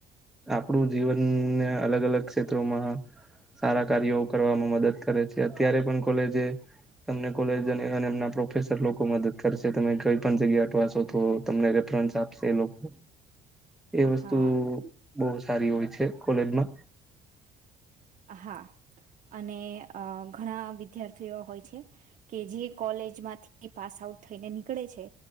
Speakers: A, in the centre; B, on the right (about 50°).
A: આપણુ જીવનને, અલગ, અલગ ક્ષેત્રોમા સારા કાર્યો કરવામાં મદદ કરે છે. અત્યારે પણ કોલેજ તમને કોલેજ એમના પ્રોફેસર લોકો. મદદ કરશે તમે કઈ પણ જગ્યા અટવા છો, તો તમને આપશે એ લોકો એ
B: હતા
A: વસ્તુ
B: હા
A: બહુ સારી હોય છે, કોલેજમા
B: હા. અને ઘણા વિદ્યાર્થીઓ હોય છે, કે જે કોલેજમાંથી પાસ આ થઈને. નીકળે છે,